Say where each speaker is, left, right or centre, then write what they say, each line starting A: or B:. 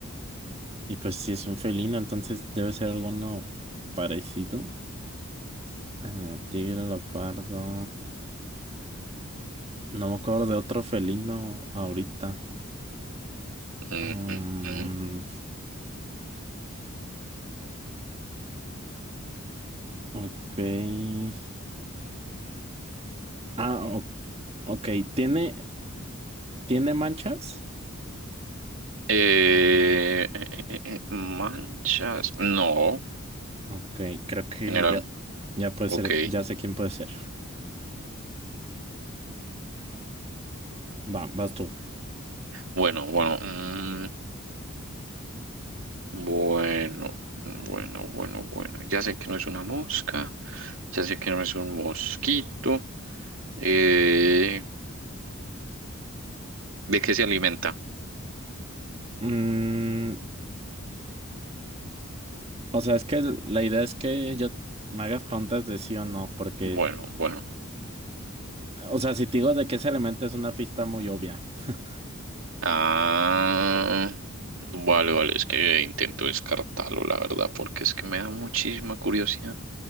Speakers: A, on the right; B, on the right.
A: y pues si es un felino, entonces debe ser alguno parecido. Eh, tigre, leopardo. No me acuerdo de otro felino ahorita.
B: Ujú.
A: Mm, ok. Ah, o- ok. Tiene ¿Tiene manchas?
B: Eh, eh, eh, eh, eh, manchas. No,
A: Ok, creo que
B: general.
A: ya, ya puede
B: Ok.
A: ser,
B: <laughs>
A: ya sé quién puede ser. Va, vas tú.
B: Bueno, bueno. mm, Bueno, bueno, bueno, bueno. Ya sé que no es una mosca, ya sé que no es un mosquito. Eh, ¿de qué se alimenta?
A: Mm, o sea, es que el- la idea es que yo me hagas preguntas de sí o no, porque,
B: Bueno, bueno.
A: o sea, si te digo de qué se alimenta es una pista muy obvia. <laughs>
B: Ah, vale, vale, es que intento descartarlo, la verdad, porque es que me da muchísima curiosidad.